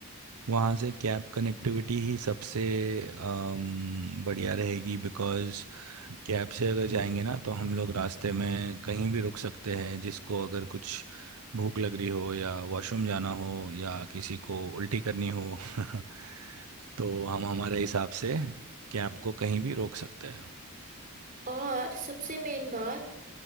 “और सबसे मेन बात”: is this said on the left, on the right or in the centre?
Right